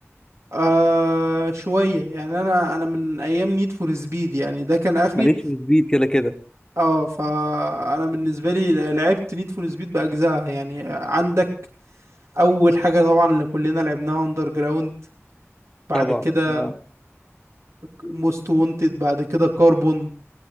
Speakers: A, on the right; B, on the left.
A: آه شوية يعني أنا أنا من أيام نيد فور سبيد يعني ده كان آخري
B: ماليش في السبيد كده كده
A: أه فأنا بالنسبة لي لعبت نيد فور سبيد بأجزائها يعني عندك أول حاجة طبعا اللي كلنا لعبناها أندر جراوند بعد
B: طبعا
A: كده
B: اه
A: موست وونتد بعد كده كاربون